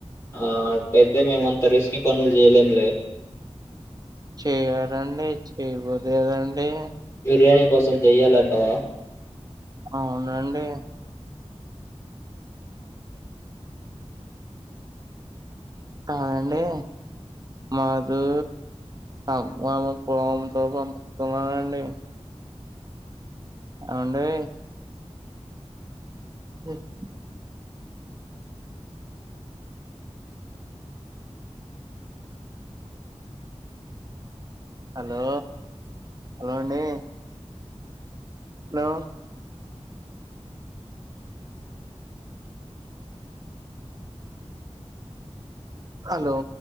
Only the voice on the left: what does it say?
ఆ అట్లైతే మేమంత రిస్కీ పనులు జేయలేంలే
బిర్యానీ కోసం చెయ్యాలంటవా